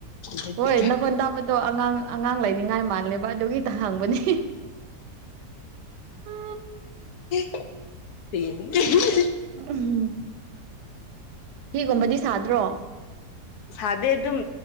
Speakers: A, on the left (about 70°); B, on the right (about 80°).
A: ꯑꯗꯨꯗꯤ
B: ꯍꯣꯏ ꯅ ꯈꯣꯟ ꯇꯥꯕ ꯇ ꯑꯉꯥꯡ ꯑꯉꯥꯡ ꯂꯩꯅꯤꯡꯉꯥꯏ ꯃꯥꯜꯂꯦ ꯕꯥꯗꯨꯒꯤ ꯇ ꯍꯥꯡꯕꯅꯤ ꯎ
A: <unintelligible> <unintelligible>
B: ꯎꯝ ꯐꯤꯒꯨꯝꯕꯗꯤ ꯁꯥꯗ꯭ꯔꯣ
A: ꯁꯥꯗꯤꯩ ꯑꯗꯨꯝ